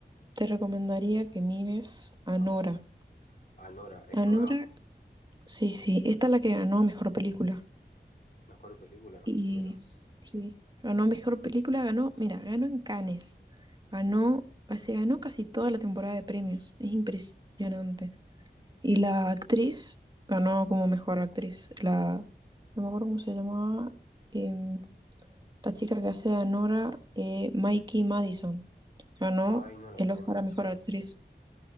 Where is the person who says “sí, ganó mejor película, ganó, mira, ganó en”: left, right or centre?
Right